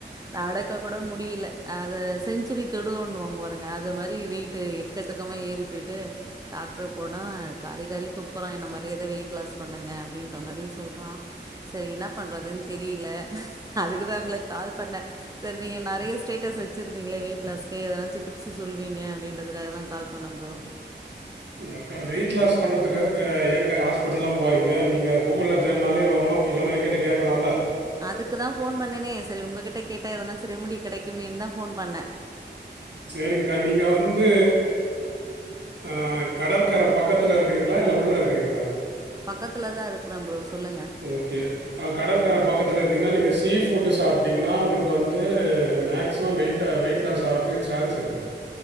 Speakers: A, on the right; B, on the right.
A: நடக்க கூட முடியல அத செஞ்சுரி தொடுவோணுவா போறேங்க அது மாதிரி வெயிட்டு எக்கசக்கமா ஏறி போய்ட்டு டாக்டர் போனா காரி காரி துப்புறான் என்ன மாரி எது வெயிட் லாஸ் பண்ணுங்க அப்படின்ற மாரி சொல்றான் சேரி என்ன பண்றதுன்னு தெரில அதுக்குதான் உங்கள கால் பண்ணே சார் நீங்க நெறைய
B: அக்கா
A: ஸ்டேட்டஸ் வச்சிருந்தீங்களே வெயிட் லாஸ்கு எதாச்சு டிப்ஸு சொல்வீங்க அப்டிங்றதுக்காக தா கால் பண்ணே ப்ரோ
B: அக்கா வெயிட் லாஸ் பண்றதுக்காக ஏன்கா ஹாஸ்பிட்டலாம் போறீங்க நீங்க கூகுள்ல தேடுனாலே வரு இல்லன்னா எங்கிட்ட கேக்கலால்ல
A: அதுக்கு தா போன் பண்ணேனே சரி உங்க கிட்ட கேட்டா எதுனா ரெமுடி கெடக்குமேன்னு தா ஃபோன் பண்ணே
B: சேரி்ங்கா நீங்க வந்து ஆ கடற்கர பக்கத்துல இருக்கிறீங் ங்களா இல்ல உள்ள இருக்கிறீங்களா
A: பக்கத்துல தா இருக்குறே ப்ரோ சொல்லுங்க
B: ஓகே கடற்கர பக்கத்துல இருந்தீங்கன்னா நீங்க சீ ஃபுட்டு் சாப்பிட்டீங்கன்னா உங்களுக்கு வந்து மேக்சிமம் வெயிட் வெயிட் லாஸ் ஆவறதுக்கு சான்ஸ் ருக்கு